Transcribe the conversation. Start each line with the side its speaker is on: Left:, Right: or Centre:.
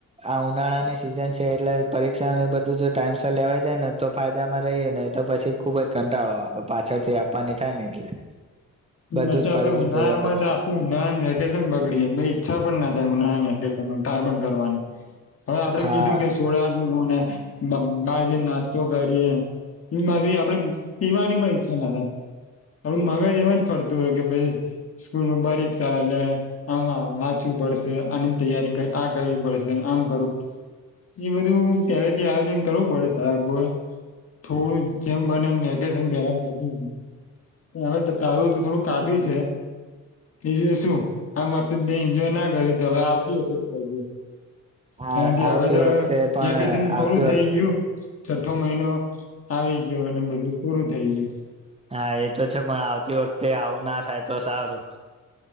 Right: આ ઉનાળાની સિઝન છે એટલે પરીક્ષાઓને બધું જો ટાઈમ સર લેવાઈ જાય ને તો ફાયદામાં રહીએ ને તો પછી ખુબ જ કંટાળો આપ પાછળથી આપવાની થાય ને એટલે બધું
Left: પછી
Right: જ ફરીથી
Left: આપડે ઉનાળામાં
Right: તૈયાર કરવાનું
Left: તો આખું ઉનાળા વેકેશન બગડીએ પણ ના થાયુંે ક કરવાનું હવે આપડે
Right: હા
Left: કીધું કે સોળ ને બાર જને નાસ્તો કરીએ એ બધી આપડે પીવાની પણ ઈચ્છા ના થાય આપડ મગજ એમ પડતું હોય કે ભાઈ સ્કૂલ ન બારીક શા એ આમાં વાંચવું પડશે આની તૈયારી આ કરવી પડશે આમ કરવું પડ એ બધું પેલાથી આયોજન કરવું પડેશે સાબ બો થોડું જેમ બને એ વેકેશન પેલા બી જ હ થોડું કાઠું છે એજ શું આમ વખત એન્જોય ના કર તો હવે આવતી વખત ઘરજે
Right: હા
Left: કારણ કે
Right: આવતી
Left: હવે
Right: વખતે પણ
Left: તોકેશન
Right: આવતી
Left: થોડું થઈ
Right: વખતે
Left: ગયું છઠો મહિનો આવી ગયો અને બધું પૂરું થઈ ગયું
Right: હા એ તો છે પણ આવતી વખતે આવું ના થાય તો સારું